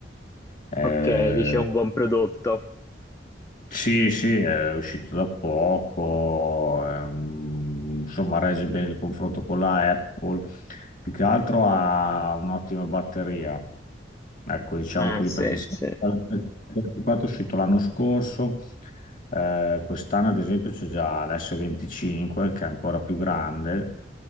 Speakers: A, on the left; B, on the left.
A: eh,
B: Ok, dice un buon prodotto.
A: sì, sì, è uscito da poco, ehm, insomma regge bene il confronto con la Apple, più che altro ha un'ottima batteria, ecco diciamo
B: Ah,
A: così
B: sì,
A: perché se-
B: sì.
A: è uscito l'anno scorso, eh, quest'anno ad esempio c'è già l'S25 che è ancora più grande,